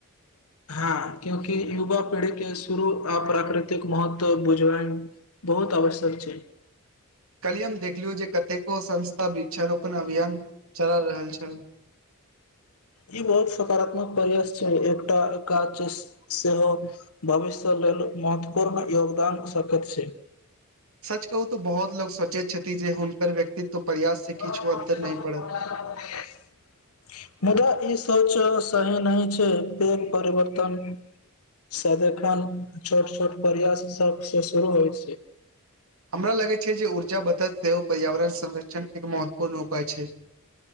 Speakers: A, on the left (about 85°); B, on the right (about 70°).
A: हँ क्यूंकि युवा पीढ़ी के शुरू आ प्राकृतिक महत्व बुझबइ बहुत आवश्यक छैय।
B: काल्हि हम देखलियौ जे कतेको संस्था वृक्षारोपण अभियान चला रहल छैय।
A: ई बहुत सकारात्मक प्रयास छै एकटाच सेहो भविष्य लेल महत्वपूर्ण योगदान सकैत छैय।
B: सच कहूो त बहुत लोग सोचे छथि जे हुनकर व्यक्तित्व। प्रयास से
A: <unintelligible>
B: किछु अन्तर नहि पड़त
A: मुदा ईस। सोच सही नहि छैय पैघ परिवर्तनसँ देखन छोट छोट प्रयास सभसँ शुरू होइ छैय।
B: हमरा लगै छै जे ऊर्जा बत सेहो पर्यावरण संरक्षण एक महत्वपूर्ण उपाय छै।